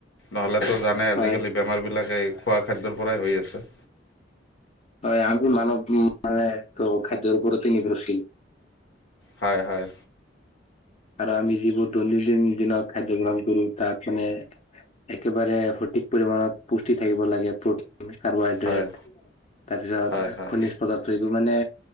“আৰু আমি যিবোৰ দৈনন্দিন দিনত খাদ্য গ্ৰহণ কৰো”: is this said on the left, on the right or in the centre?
Left